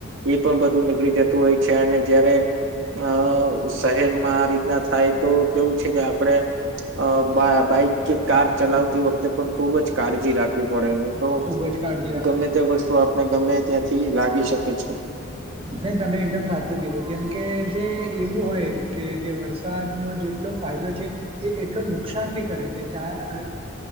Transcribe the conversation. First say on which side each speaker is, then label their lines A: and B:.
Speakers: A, on the right (about 60°); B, on the right (about 25°).
A: એ પણ બધું નીકળી જતું હોય છે, અને જયારે અ શહેરમાં આ રીતના થાય તો કેવું છે, કે આપડે અ બા બાઈક કે કાર ચલાવતી વખતે પણ ખુબ જ કાળજી રાખ પડે નહી તો
B: ખૂબ જ કાળજી રાખવી
A: ગમે
B: પડે
A: તે વસ્તુ
B: મયુરભાઈ.
A: આપણે ગમે ત્યાંથી લાગી શકે છે.
B: નહી તમે એકદમ સાચું કીધું કેમ કે જે એવું હોય કે જે વરસાદ ન જે એટ ફાયદો છે એ એટલો નુકસાન બી કરે છે ચા